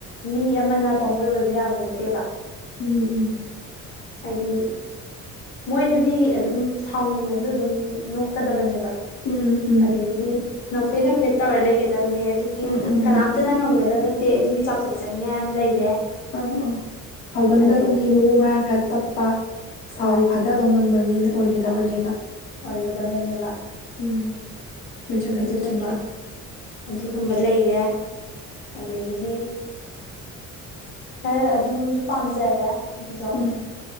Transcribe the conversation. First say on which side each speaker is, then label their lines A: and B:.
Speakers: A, on the left; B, on the left.
A: ꯃꯤ ꯑꯃꯅ ꯄꯪꯉꯣꯏ ꯑꯣꯏꯕ ꯌꯥꯕ ꯅꯠꯇꯦꯕ
B: ꯎꯝ ꯎꯝ
A: ꯍꯥꯏꯗꯤ ꯃꯣꯏꯗꯗꯤ ꯑꯗꯨꯝ ꯁꯥꯎꯅꯤꯡꯉꯁꯨ ꯑꯗꯨꯝ ꯅꯣꯛꯀꯗꯕꯅꯦꯕ
B: ꯎꯝ ꯎꯝ
A: ꯑꯗꯒꯤꯗꯤ ꯅꯦꯐꯦꯗ ꯅꯣꯐꯦꯗ ꯇꯕꯔ ꯂꯩꯒꯦ ꯇꯕꯅꯦ ꯑꯗꯨꯒꯤ
B: ꯎꯝ ꯎꯝ
A: ꯀꯅꯥ
B: ꯎꯝ
A: ꯅꯪ ꯉꯝꯒꯗꯕ ꯠꯇꯦ ꯑꯗꯨꯒꯤ ꯆꯥꯎꯊꯣꯛꯆꯅꯤꯡꯉꯥꯏ ꯌꯥꯝ ꯂꯩꯔꯦ
B: ꯑꯥ ꯑꯥ ꯁꯥꯎꯒꯟꯗꯕ
A: ꯑꯗꯒꯤ
B: ꯃꯤ ꯃꯕꯨꯡ ꯃꯔꯥꯡ ꯈꯔ ꯇꯞꯄ ꯁꯥꯎꯕ
A: ꯍꯣꯏ
B: ꯐꯥꯗꯕ ꯉꯝꯕ ꯃꯤꯅ ꯑꯣꯏꯒꯗꯕꯅꯦꯕ
A: ꯍꯣꯏ ꯑꯣꯏꯒꯗꯕꯅꯦꯕ
B: ꯎꯝ ꯆꯨꯝꯃꯦ ꯆꯨꯝꯃꯦ
A: ꯑꯗꯨꯒꯨꯝꯕ
B: ꯑꯗꯨ ꯆꯨꯝꯗꯣꯏꯅꯦ
A: ꯑꯗꯨꯒꯨꯝꯕ ꯂꯩꯔꯦ ꯑꯗꯒꯤꯗꯤ ꯈꯔ ꯑꯗꯨꯝꯁꯨ ꯄꯥꯝꯖꯔꯦ ꯑꯗꯨꯗꯣ
B: ꯎꯝ